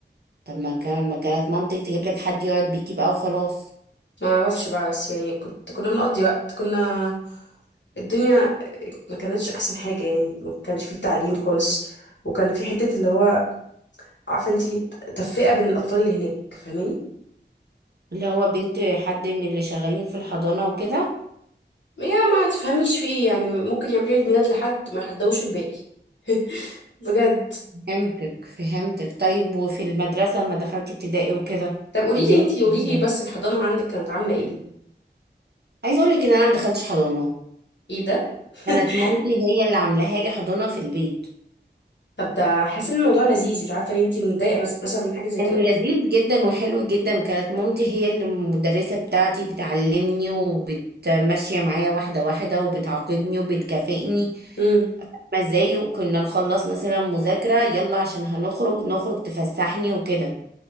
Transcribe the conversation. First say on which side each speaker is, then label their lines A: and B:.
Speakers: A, on the right (about 60°); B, on the left (about 75°).
A: طب ما كان ما كانت مامتك تجيب لك حد يقعد بيكي بقى وخلاص
B: ما اعرفش بقى بس يعني كنت كنا بنقضي وقت كنا الدنيا ما كانتش احسن حاجة يعني ما كانش فيه تعليم خالص وكان في حتة اللي هو عارفة انت تفرقة بين الاطفال اللي هناك فاهماني
A: اللي هو بنت حد من اللي شغالين في الحضانة وكده
B: يا ما تفهميش في ايه يعني ممكن يعملوا عيد ميلاد لحد ما يحضوش الباقي <laughs> بجد
A: فهمتك فهمتك طيب وفي المدرسة لما دخلتي ابتدائي وكده
B: طب قولي
A: الدنيا
B: لي انتي قولي
A: كانت عاملة
B: لي
A: إيه؟
B: بس الحضانة عندك كانت عاملة ايه
A: عايزة اقولك ان انا ما دخلتش حضانة
B: ايه ده
A: كانت
B: <laughs>
A: مامتي هي اللي عاملاها لي حضانة في البيت
B: طب ده حاسة ان الموضوع لذيذ مش عارفة ليه انتي متضايقة مس- مثلا من حاجة زي
A: كان
B: كده
A: لذيذ جدا وحلو جدا كانت مامتي هي اللي المدرسة بتاعتي بتعلمني وبتمشي معايا واحدة واحدة وبتعاقبني وبتكافئني
B: امم
A: ما ازاي وكنا نخلص مثلا مذاكرة يلا عشان هنخرج نخرج تفسحني وكده